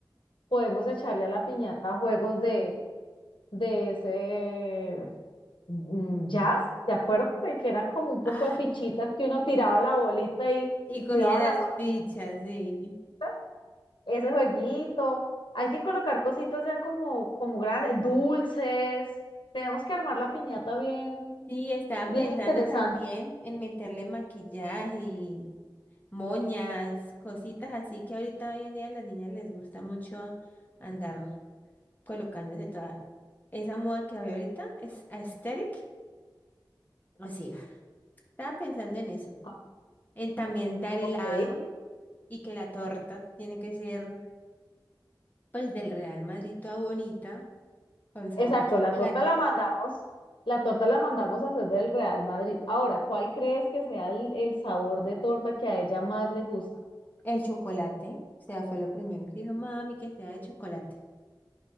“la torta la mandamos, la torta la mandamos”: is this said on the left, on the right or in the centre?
Left